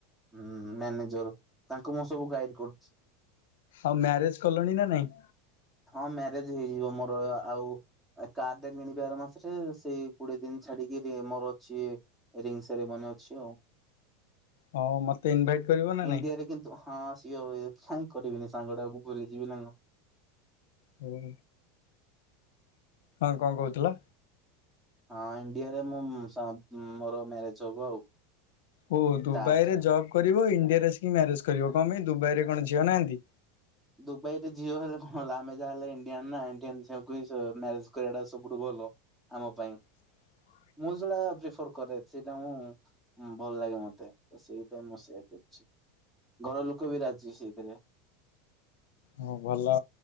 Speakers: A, in the centre; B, on the left.
A: ହୁଁ ମ୍ୟାନେଜର ତାଙ୍କୁ ମୁଁ ସବୁ ଗାଇଡ କରୁଛି।
B: ଆଉ ମ୍ୟାରେଜ କଲଣି ନା ନାଇଁ?
A: ହଁ ମ୍ୟାରେଜ ହେଇଯିବ ମୋର ଆଉ କାର ଟେ କିଣିବି ଆର ମାସ ସେ ସେଇ କୋଡିଏ ଦିନ ଛାଡିକି ରି ମୋର ଅଛି ରିଙ୍ଗ ସେରିମନି ଅଛି ଆଉ।
B: ହଁ ମତେ ଇନଭାଇଟ୍ କରିବ ନା ନାଇଁ?
A: ଇଣ୍ଡିଆ ରେ କିନ୍ତୁ ହଁ <unintelligible> ଖାଇଁ କରିବିନି ସାଙ୍ଗଟାକୁ ଭୁଲି ଯିବି ନା କଣ ।
B: ହୁଁ। ହଁ କଣ କହୁଥିଲା?
A: ହଁ ଇଣ୍ଡିଆରେ ମୁଁ ସା ମୋର ମ୍ୟାରେଜ ହବ ଆଉ।
B: ଓ ଦୁବାଇରେ
A: ତାଜରେ।
B: ଜବ କରିବ ଇନ୍ ଣ୍ଡିଆ ଆସିକି ମ୍ୟାରେଜ କରିବ କଣ ପାଇଁ ଦୁବାଇରେ କଣ ଝିଅ ନାହାନ୍ତି?
A: ଦୁବାଇରେ ଝିଅ ହେଲେ କଣ ହେଲା ଆମେ ଯାହା ହେଲେ ଇଣ୍ଡିଆନ୍ ନା ଇଣ୍ଡିଆନ ଝିଅଙ୍କୁ ହିଁ ଶ୍ ମ୍ୟାରେଜ କରିବା ଟା ସବୁଠୁ ଭ ଭଲ ଆମ ପାଇଁ।
B: <inaudible>
A: ମୁଁ ସେଇଟା ପ୍ରିଫର କରେ। ସେଇଟା ମୁଁ ଭଲ ଲାଗେ ମତେ ତ ସେଇଥିପାଇଁ ମୁଁ ସେୟା କରୁଛି। ଘରଲୋକ ବି ରାଜି ସେଇଥିରେ।
B: ହଁ ଭଲ